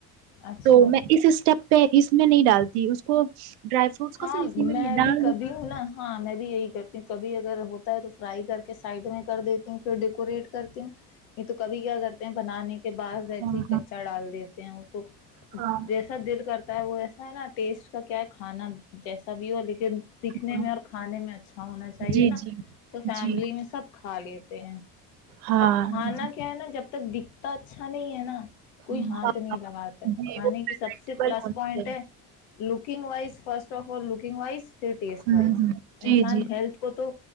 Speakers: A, on the left (about 75°); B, on the right (about 75°).
A: اچھا
B: تو میں اس اسٹپ پہ اس میں نہیں ڈالتی اس کو ڈرائی فروٹس کو
A: ہاں
B: پھر اسی
A: میں
B: یہ ڈال
A: بھی کبھی
B: دو
A: ہوں نا ہاں میں بھی یہی کرتی ہوں کبھی <unintelligible> اگر ہوتا ہے تو فرائی کر کے سائڈ میں کر دیتی ہوں پھر ڈیکوریٹ کرتی ہوں یہ تو کبھی کیا کرتے ہیں بنانے کے بعد جیسے
B: ہاں
A: ہی کچا ڈال دیتے ہیں وہ تو
B: ہاں
A: جیسا دل کرتا ہے وہ وسا ہے نا ٹیسٹ کا کیا ہے کھانا جیسا بھی ہو لیکن دکھنے
B: ہاں
A: میں
B: ہاں
A: اور کھانے میں اچھا ہونا چاہیے
B: جی
A: نا
B: جی
A: تو فیملی
B: جی
A: میں سب کھا لیتے ہیں
B: ہاں
A: اور کھانا
B: جی
A: کیا ہے نا جب ب تک دکھتا اچھا نہیں ہے نا کوئی
B: ہاں
A: ہاتھ نہیں لگاتے
B: جی
A: کھانے
B: وہ
A: کی سب سے
B: پیپل
A: پلس
B: ہونا
A: پوائنٹ
B: چاہیے.
A: ہے لوکنگ وائز فرسٹ اور لکنگ وائز پھر ٹیسٹ
B: ہوں
A: وائز
B: ہ جی
A: انسان
B: جی
A: ہیلتھ کو تو